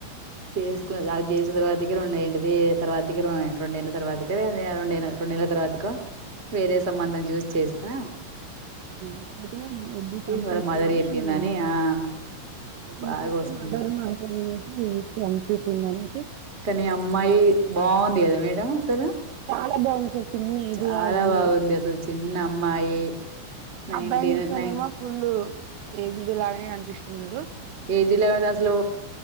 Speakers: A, on the right (about 15°); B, on the right (about 80°).
A: చేసుకున్న అది చేసిన తర్వాత కి రెంటిది తర్వాతకి రండి రెండేళ్ల తర్వాకాద రెడుేల రెండుేళ్ల తరువాత వేరే సంబంధం చూస్ చేస్త కా
B: ఇప్పుతే వద్దు చంపేసి
A: వాళ్ళ మదర్
B: అని
A: చెప్పిందని
B: అన్నద ఉంత
A: ఆ అవి
B: అ
A: బాగా వస్తుంది
B: మగ మాట వినసి చంపసిందని
A: కానీ అమ్మాయి బాగుంది కదా మేడం అసలు
B: చాలా బాగుంది అసలు చిన్న ఏజ్
A: చాలా
B: లా ఉంది
A: బాగుంది అసలు చిన్న అమ్మాయి నైన్టీన్
B: అబ్బాయిని నిూసనేమోుల్
A: నైన్
B: ఏజ్డ్ లాగానే కనిపిస్తుందిడు
A: ఏ జిల్ల అసలు